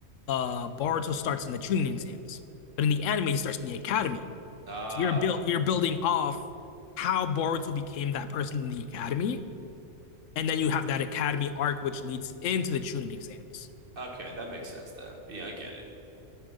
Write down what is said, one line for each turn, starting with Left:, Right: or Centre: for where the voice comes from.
Left: uh Boruto starts in the training exams, but in the anime, he starts in the academy.
Right: Ah,
Left: So you're built you're building off how Boruto became that person in the academy, and then you have that academy arc which leads into the Chunin exams.
Right: okay, that makes sense then. Yeah, I get it.